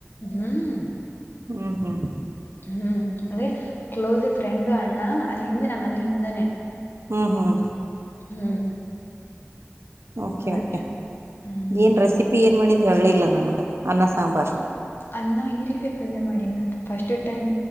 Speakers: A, on the left; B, on the right.
A: ಹ್ಮ್
B: ಹ್ಮ್ ಹ್ಮ್
A: ಹ್ಮ್ ಅಂದ್ರೆ ಕ್ಲೋಸ್ ಫ್ರೆಂಡ್ ಅಣ್ಣ ಅಲ್ಲಿ ಹಿಂದ ನಮ್ ಮನಿ ಹಿಂದೆನೆ
B: ಹ್ಮ್ ಹ್ಮ್
A: ಹ್ಮ್
B: ಓಕೆ
A: ಮತ್ತೆ
B: ಓಕೆ
A: ಹ್ಮ್
B: ಏನ್ ರೆಸಿಪಿ ಏನ್ ಮಾಡಿ ಹೇಳಿಲ್ಲ ನನ್ಗ ಅನ್ನ ಸಾಂಬಾರ್
A: ಹ ಅನ್ನ ಹೀರಿಕಾಯಿ ಪಲ್ಯ ಮಾಡಿನಿ ನನ್ ಫಸ್ಟ್ ಟೈಮ್